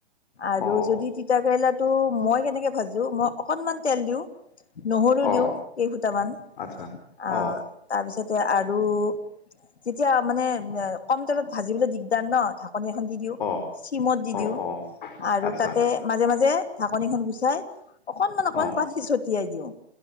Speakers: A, on the left; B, on the left.
A: আৰু
B: অ', অ',
A: যদি কেৰেলাটো মই কেনেকে ভাজো, মই অকনমান তেল দিও নহৰু
B: অ',
A: দিওঁ কেই সুতামান
B: আচ্ছা
A: আহ
B: অ',
A: তাৰপিছত আৰু তেতিয়া মানে কম তেলত ভাজিবলৈ দিগদাৰ ন কণী এখন দি দিওঁ,
B: অ',
A: চিমত দি
B: অ',
A: দিওঁ
B: অ',
A: আৰু
B: আচ্ছা
A: তাতে মাজে মাজে ঢাকনিখন গুচাই অকনমান অকনমান
B: অ',
A: পানী ছটিয়াই দিওঁ।